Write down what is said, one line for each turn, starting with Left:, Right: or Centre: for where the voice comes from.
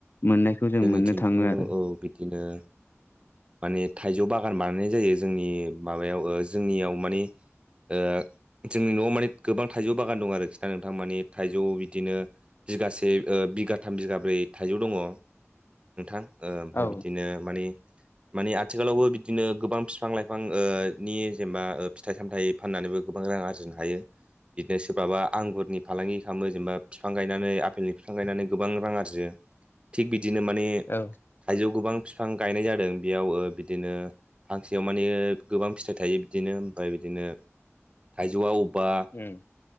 Left: मोननायखौ जों
Right: जोंनिथिंथ'
Left: मोननो थाङो आरो
Right: औ बिदिनो माने थाइजौ बागान बानायनाय जायो जोंनि माबायाव जोंनियाव माने ओ जोंनि नआव माने गोबां थाइजौ बागान दं आरोखि ना नोंथां माने थाइजौ बिदिनो बिगासे ओ बिगाथाम बिगाब्रै थाइजौ दङ नोंथां ओमफ्राय
Left: औ
Right: बिदिनो मानि मानि आथिखालावबो बिदिनो गोबां बिफां लाइफां नि जेनेबा फिथाइ सामथाइ फाननानैबो गोबां रां आरजिनो हायो बिदिनो सोरबाबा आंगुरनि फालांगि खालामो जेनेबा बिफां गायनानै आफेलनि बिफां गायनानै गोबां रां आरजियो थिग बिदिनो माने
Left: औ
Right: थाइजौ गोबां फिफां गायनाय जादों बेयाव बिदिनो फांसेयाव माने गोबां फिथाइ थायो बिदिनो ओमफ्राय बिदिनो थाइजौआ अबेबा
Left: उम